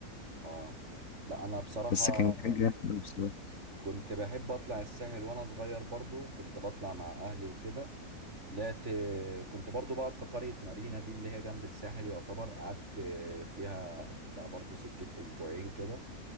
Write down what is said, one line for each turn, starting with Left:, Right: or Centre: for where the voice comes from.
Right: اه لا انا بصراحة
Left: بس كان كان جامد أوي بصراحة
Right: كنت بحب اطلع الساحل وانا صغير برضو كنت بطلع مع اهلي وكده طلعت كنت برضو بقعد في قرية مارينا دي اللي هي جنب الساحل يعتبر قعدت فيها بتاع برضو سكة اسبوعين كده